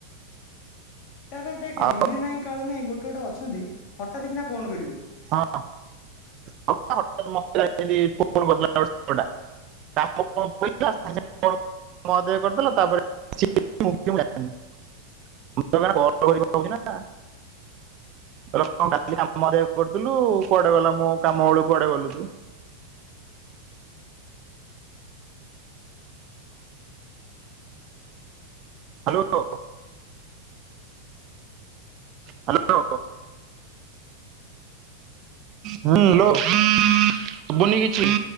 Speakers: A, on the left (about 35°); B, on the right (about 35°).
A: ତାପରେ ଦେଖେ
B: ଆଉ
A: ଦିନେ ନାହିଁ କାଳେ ନାହିଁ ଗୋଟେ ଗୋଟେ ଅଛନ୍ତି ହଠାତ୍ କିନା ଫୋନ କରିବେ।
B: ହଁ <unintelligible> ତାକୁ <unintelligible> ମହଦେୟ କରିଦେଲା ତାପରେ <unintelligible> <unintelligible> କରୁଥିଲୁ କୁଆଡେ ଗଲା ମୋ କାମ ବେଳକୁ କୁଆଡେ ଗଲୁ ତୁ? ହ୍ୟାଲୋ।
A: <inaudible>
B: ହ୍ୟାଲୋ ହୁଁ ହାଲୋ ସୁବୁନି କିଛି।